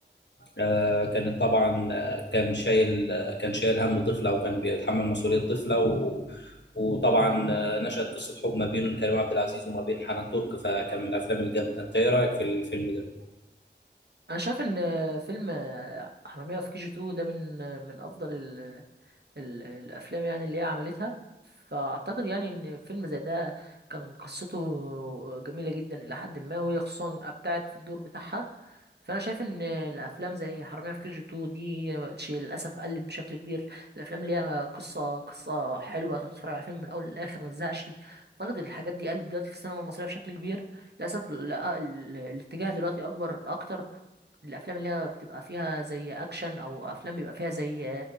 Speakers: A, on the left; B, on the right.
A: آه، كانت طبعا آه، كان شايل آه، كان شايل هم طفلة وكان بيتحمل مسؤولية طفلة و... وطبعا آه، نشأت قصة حب ما بين كريم عبد العزيز وما بين حنان ترك فكان من الأفلام الجامدة أنت إيه رأيك في الفيلم ده؟
B: انا شايف ان فيلم آه، حرامية في كي جي 2 ده من آه، من افضل ال- الافلام يعني اللي هي عملتها فاعتقد يعني ان فيلم زي ده كان قصته جميله جدا الى حد ما وهي خصوصا ابدعت في الدور بتاعها فانا شايف ان الافلام زي حراميه في كي جي 2 دي مبقتش للاسف قلت بشكل كبير الافلام اللي هي قصه قصه حلوه تتفرج على فيلم من الاول للاخر ما تزهقش اعتقد الحاجات دي قلت دلوقتي في السينما المصريه بشكل كبير للاسف ال- ال- الاتجاه دلوقتي اكبر اكتر الافلام اللي هي بتبقى فيها زي اكشن او افلام بيبقى فيها زي